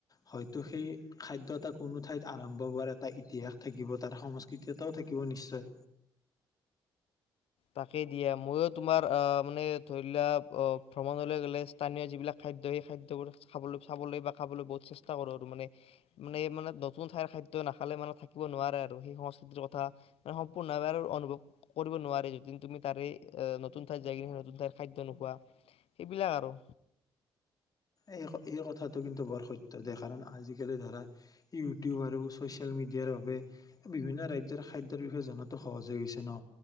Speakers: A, on the left; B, on the left.
A: হয়তো সেই খাদ্য এটা কোনো ঠাইত আৰম্ভ হোৱাৰ এটা ইতিহাস থাকিব তাৰ সংস্কৃতি সংস্কৃতি এটাও থাকিব নিশ্চয়।
B: তাকেই দিয়ে ময়ো তোমাৰ অহ মানে ধৰি লোৱা অ ভ্ৰমণলৈ গ'লে স্থানীয় যিবিলাক খাদ্য সেই খাদ্যবোৰ খাবলৈ চাবলৈ বা খাবলৈ বহুত চেষ্টা কৰোঁ আৰু মানে মানে এই মানে নতুন ঠাইৰ খাদ্য নাখালে মানে থাকিব নোৱাৰে আৰু সেই সংস্কৃতিৰ কথা মান সম্পূৰ্ণভাৱে আৰু অনুভৱ কৰিব নোৱাৰে য যি তুমি তাৰে নতুন ঠাইত যাই কিনে সেই নতুন ঠাইৰ খাদ্য নোখোৱা, সেইবিলাক আৰু।
A: এই এই কথাটো কিন্তু বৰ সত্য দে কাৰণ আজিকালি ধৰা ইউটিউব আৰু চচিয়েল মিডিয়াৰ বাবে বিভিন্ন ৰাজ্যৰ খাদ্যৰ বিষয়ে জনাতো সহজ হৈ গৈছে ন,